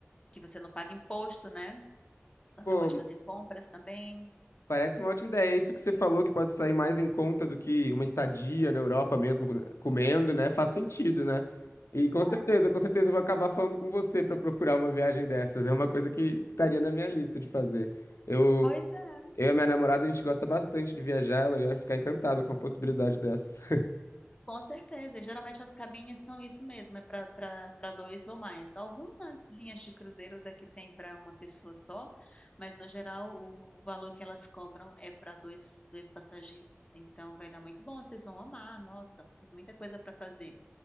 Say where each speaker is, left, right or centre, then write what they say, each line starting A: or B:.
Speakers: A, on the left; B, on the left.
A: que você não paga imposto, né? Então
B: <laughs> Pô,
A: você pode fazer compras também.
B: parece uma ótima ideia. É isso que você falou que pode sair mais em conta do que uma estadia na Europa mesmo, com- comendo, né? Faz sentido, né? E com
A: Mas,
B: certeza, com certeza eu vou acabar falando com você pra procurar uma viagem dessas. É uma coisa que que estaria na minha lista de fazer. Eu,
A: Pois é.
B: eu e a minha namorada, a gente gosta bastante de viajar. Ela ia ficar encantada com a possibilidade dessas.
A: com certeza, e geralmente as cabines são isso mesmo, é para para dois ou mais. Algumas linhas de cruzeiros é que tem para uma pessoa só, mas no geral o, o valor que elas cobram é para dois, dois passageiros. assim. Então vai dar muito bom, vocês vão amar. Nossa, tem muita coisa para fazer.